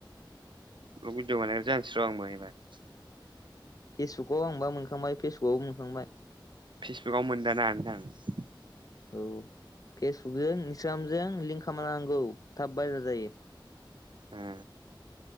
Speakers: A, on the right; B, on the left.
A: औ उइद्र बानायग्रा जानसै रं आंबो एबार।
B: फेसबुकआव आंबा मोनखांबाय फेसबुकावबो मोनखांबाय।
A: फेसबुकाव मोनदाना नोंथां।
B: औ फेसबुकजों इन्सटाग्रामजों लिंक खालामना लानांगौ थाब भाइरेल जायो।
A: ए।